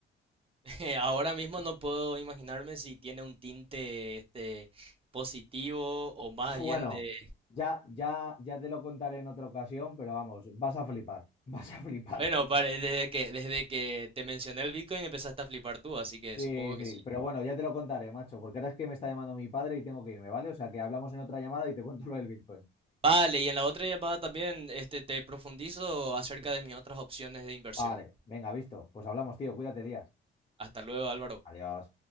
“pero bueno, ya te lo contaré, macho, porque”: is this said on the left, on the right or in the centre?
Left